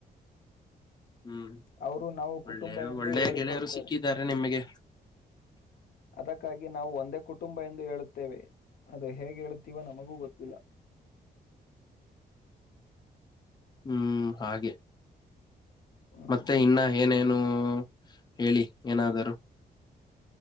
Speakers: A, on the left; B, on the left.
A: ಹ್ಮ್
B: ಅವರು ನಾವು ಕುಟುಂಬ
A: ಒಳ್ಳೆ
B: ಎಂದು
A: ಒಳ್ಳೆಯ
B: ಹೇಳಿಕೊಳ್ಳುತ್ತೇವೆ
A: ಗೆಳೆಯರು ಸಿಕ್ಕಿದ್ದಾರೆ
B: <unintelligible>
A: ನಿಮಗೆ
B: ಅದಕ್ಕಾಗಿ ನಾವು ಒಂದೇ ಕುಟುಂಬ ಎಂದು ಹೇಳುತ್ತೇವೆ ಅದು ಹೇಗೆ ಹೇಳುತ್ತೀವೋ ನಮಗೂ ಗೊತ್ತಿಲ್ಲ <unintelligible>
A: ಹ್ಮ್ ಹಾಗೆ
B: ಹ್ಮ್.
A: ಮತ್ತೆ ಇನ್ನ ಏನೇನು ಹೇಳಿ ಏನಾದರುೂ